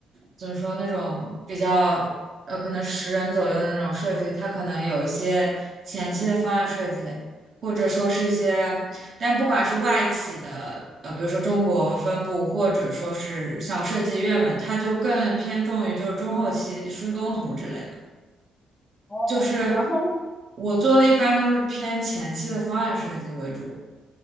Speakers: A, on the right (about 50°); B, on the left (about 20°).
A: 怎么说那种比较呃，可能十人左右的那种设计，它可能有一些前期的方案设计，或者说是一些，但不管是外企的，呃，比如说中国分部，或者说是像设计院们，它就更偏重于就是中后期施工图之类的，
B: 哦，
A: 就是。
B: 然后
A: 我做的一般都是偏前期的方案设计为主，